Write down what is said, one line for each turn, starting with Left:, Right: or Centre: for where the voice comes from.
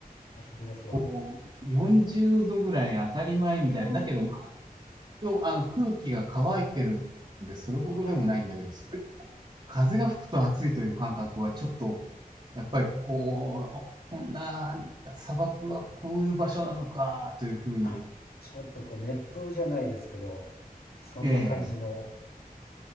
Left: ラスベガスは。
Right: こう、40度ぐらい当たり前みたいな。
Left: いやー、
Right: だけど、応あの空気が乾いてるんで、それほどでもないんだけど、
Left: はい。
Right: それでも風が吹くと暑いという感覚はちょっと、やっぱりこう、こんな砂漠はこういう場所なのかというふうに、
Left: あ、ちょっとこう、熱風じゃないですけど、そんな感じの
Right: ええ、